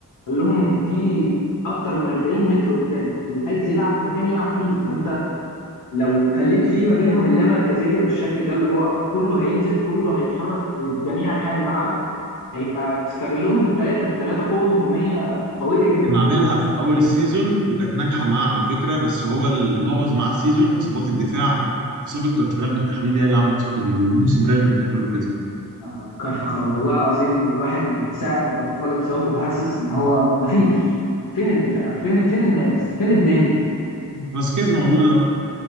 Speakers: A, on the left; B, on the right.
A: قال لهم في اكتر من 40 متر قدام اللي عايز يلعب في مكان يلعب فيه فانت لو خليت فيه ما بينهم اللامركزيه بالشكل ده اللي هو كله هينزل كله هيتحرك في جميع انحاء الملعب هيبقى تستغلهم الثلاثه الثلاثه قوه هجوميه قويه
B: <laughs>
A: جدا
B: كان عاملها في أول السيزون وكانت ناجحة معاه على فكرة بس هو اللي بوظ معاه السيزون إصابات الدفاع إصابة كارفاغال بالتحديد هي اللي عملت في الموسم ريال مدريد كله كده
A: آه، كارفخال والله العظيم الواحد من ساعه ما كارفخال اتصاب وحاسس ان هو مفيش فين الدفاع فين فين الناس فين الدنيا
B: بس كيز موجود أهو